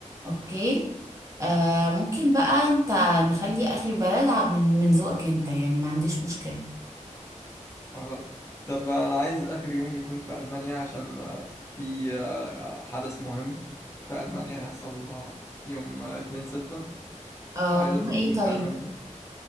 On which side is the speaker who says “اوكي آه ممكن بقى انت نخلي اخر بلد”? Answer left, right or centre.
Right